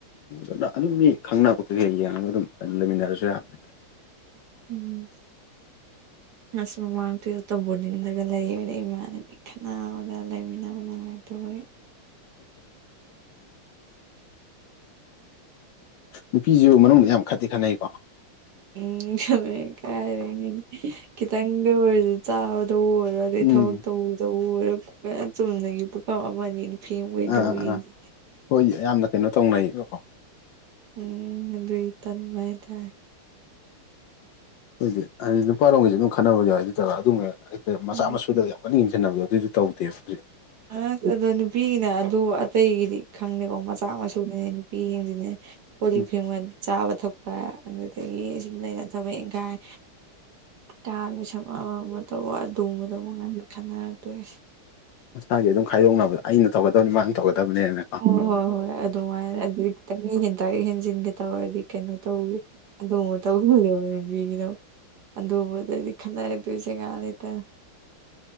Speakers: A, on the left (about 70°); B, on the right (about 60°).
A: ꯑꯗꯨ ꯑꯗꯨꯝ ꯃꯤ ꯈꯪꯅꯕ ꯀꯩ ꯍ ꯌꯦꯡꯉꯒ ꯑꯗꯨꯝ ꯂꯩꯃꯤꯟꯅꯔꯁꯨ ꯌꯥꯕꯅꯤ
B: ꯎꯝ ꯑ ꯃ ꯉꯥꯡꯇꯣꯏ ꯑꯇꯣꯞ ꯕꯣꯔꯗꯤꯡꯂꯒ ꯂꯩꯗꯩ ꯏꯃꯥꯟꯅꯕꯤ ꯈꯠꯅꯕꯗ ꯂꯩꯃꯤꯟꯅꯕ ꯅꯨꯡꯉꯥꯏꯇꯕꯒꯤ
A: ꯎ ꯅꯨꯄꯤꯁꯨ ꯃꯅꯨꯡꯗ ꯌꯥꯝ ꯈꯠꯇꯦ ꯈꯅꯩꯀꯣ
B: ꯎꯝ ꯉꯝꯃꯦ ꯀꯥꯏꯔꯤꯉꯩꯗꯤ ꯈꯤꯇꯪꯗ ꯑꯣꯏꯔꯁꯨ ꯆꯥꯕꯗ ꯑꯣꯏꯔ ꯑꯗꯩ
A: ꯎꯝ
B: ꯊꯕꯛ ꯇꯧꯗꯔꯄꯌꯥꯝ ꯆꯨꯝꯅꯒꯤ ꯄꯨꯈꯞ ꯑꯃꯅꯤ ꯐꯦꯡꯕꯩꯗꯧ
A: ꯑꯥ
B: ꯌꯦꯡꯁꯤ
A: ꯑꯥ ꯍꯣꯏ ꯌꯥꯝꯅ ꯀꯩꯅꯣ ꯇꯧꯅꯩꯌꯦꯕꯀꯣ
B: ꯎꯝ ꯑꯗꯨ ꯑꯗꯨ ꯇꯟ ꯃꯥꯥꯏꯗ
A: ꯑꯩꯈꯣꯏꯗꯤ ꯍꯥꯏꯗꯤ ꯅꯨꯄꯥꯔꯣꯝꯒꯤꯁꯨ ꯑꯗꯨꯝ ꯈꯟꯅꯕ ꯌꯥꯏ ꯑꯗꯨ꯭ꯔꯒ ꯑꯗꯨꯝ ꯑꯩ ꯃꯆꯥ
B: ꯎꯝ
A: ꯃꯁꯨꯗꯒ ꯌꯥꯝ ꯀꯟꯅ ꯌꯦꯡꯁꯤꯟꯅꯕꯗꯣ ꯑꯗꯨꯏꯁꯨ ꯇꯧꯗꯦꯕ ꯍꯧꯖꯤꯛ
B: ꯑꯁ ꯑꯗꯣ ꯅꯨꯄꯤꯅ ꯑꯗꯨ ꯑꯇꯩꯒꯤꯗꯤ ꯈꯪꯗꯦꯀꯣ ꯃꯆꯥ ꯃꯁꯨꯅꯅꯦ ꯅꯨꯄꯤꯁꯤꯡꯁꯤꯅꯦ ꯀꯣꯂꯤꯞ
A: ꯑꯩꯈꯣꯏꯗꯤ
B: ꯐꯦꯡꯒꯜ ꯆꯥꯕ ꯊꯛꯄ ꯑꯗꯨꯗꯒꯤ ꯁꯨꯝ ꯂꯩꯅ ꯊꯕꯛ ꯏꯪꯈꯥꯏ ꯇꯥ ꯄꯁꯠ ꯃꯥ ꯃ ꯇ ꯑꯗꯨꯃꯗ ꯃꯉꯥꯏ ꯈꯥꯟꯅ ꯇꯁꯦ
A: ꯃꯁꯥꯒꯤ ꯑꯗꯨꯝ ꯈꯥꯏꯗꯣꯛꯅꯕꯗ ꯑꯩꯅ ꯊꯧꯒꯗꯕꯅꯤ ꯃꯥꯅ ꯊꯧꯒꯗꯕꯅꯦꯅ
B: ꯍꯣꯏ ꯍꯣꯏ ꯍꯣꯏ ꯑꯗꯨꯃꯥꯏꯅ ꯑꯗꯨꯗꯤ ꯈꯤꯇꯪ ꯍꯦꯟꯇ ꯍꯦꯟꯖꯤꯟꯒꯦ ꯇꯧꯔꯗꯤ ꯀꯩꯅꯣ ꯇꯧꯒꯦ ꯑꯗꯨ ꯇꯧ ꯕꯤꯅꯣ ꯑꯗꯨꯕꯨꯗꯗꯤ ꯈꯟꯅꯔꯦꯛꯇꯣꯏꯁꯦ ꯉꯥꯏ ꯂꯩꯇꯅ